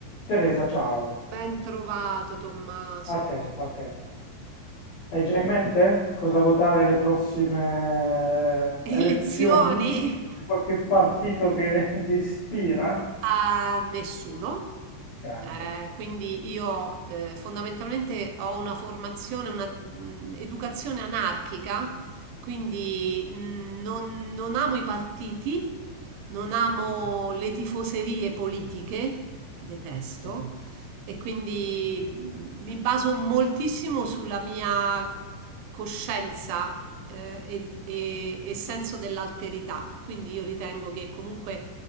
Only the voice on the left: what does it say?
Teresa, ciao.
A te, a te. Hai già in mente cosa votare le prossime
elezioni? C'è Qualche partito che <laughs> ti ispira?
Grande,
sì,
sì.